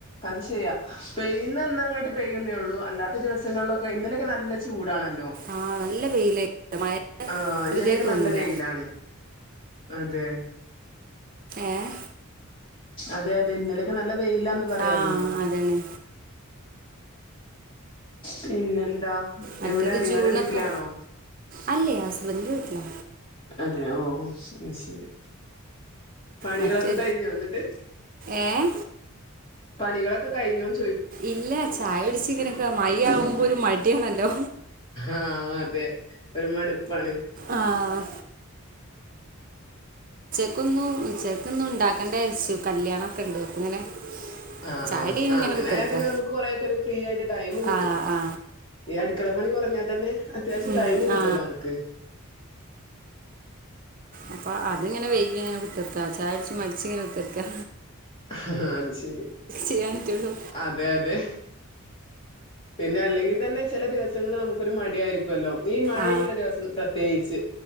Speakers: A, on the left; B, on the right.
A: അത് ശരിയാ പെയ്യുന്നന്നങ്ങട്ട് പെയ്യുംന്നേള്ളൂ അല്ലാത് അല്ലാത്ത ദിവസങ്ങളിലൊക്കെ ഇന്നലൊക്കെ നല്ല ചൂടാണല്ലോ
B: ആഹ് നല്ല വെയിലായി മഴ
A: ആ
B: വെറുതെ
A: ഇന്നലെയൊക്കെ
B: തോന്നൂല
A: നല്ല വെയിലാണ് അതെ
B: ഏഹ്
A: അതെ അതെ ഇന്നലെയൊക്കെ നല്ല വെയിലാന്ന് പറയായിരുന്നു
B: ആഹ് അതാണ്
A: പിന്നെന്താ
B: മറ്റേത്
A: എവിടെ നിങ്ങളടെ
B: ജൂണൊക്കെ
A: വീട്ടിലാണോ
B: അല്ലേ ഹസ്ബെൻ്റിൻ്റെ വീട്ടിലാ
A: അതെ ഓ ശരി പണികളൊക്കെ
B: മറ്റ്
A: കഴിഞ്ഞോ ന്നട്ട്
B: ഏഹ്
A: പണികളൊക്കെ കഴിഞ്ഞോന്ന് ച്
B: ഇല്ല ചായ കുടിച്ച്ങ്ങനെക്കാ മയി ആവുമ്പോ ഒരു മടിയാണല്ലോ
A: ആ അതെ ഒരു മടുപ്പാണ്
B: ആഹ് ചക്കൊന്നും ഉചേക്കൊന്നും ഉണ്ടാക്കണ്ടാരിച്ച് കല്യാണൊക്കണ്ട് അപ്പ ഇങ്ങനെ
A: ആ
B: ചായടി
A: ആ
B: കഴിഞ്ഞ്
A: ആ
B: ഇങ്ങനെ
A: അങ്ങനായാ
B: കുത്തിർക്കുക
A: പിന്നെ നമുക്ക് കൊറെയൊക്കൊരു ഫ്രീ ആയിട്ട് ടൈമ് കിട്ടും
B: ആ ആ
A: ഈ അടുക്കളപ്പണി കൊറഞ്ഞാ തന്നെ അത്യാവശ്യം
B: ഉം
A: ടൈമ് കിട്ടുവല്ലോ
B: ആ
A: നമ്മുക്ക്
B: അപ്പൊ അതിങ്ങനെ വൈകിങ്ങനെ കുത്തർക്കാ ചായട്ച്ച് മട്ച്ചിങ്ങനെ കുത്തർക്കാ
A: ആ അത് ശരി
B: ചെയ്യാൻ പറ്റുള്ളൂ
A: അതെ അതെ പിന്നെ അല്ലെങ്കിൽ തന്നെ ചില ദിവസങ്ങള് നമുക്കൊരു മടിയായിരിക്കും ല്ലോ ഈ മഴയ്ള്ള
B: ആ
A: ദിവസം പ്രത്യേകിച്ച്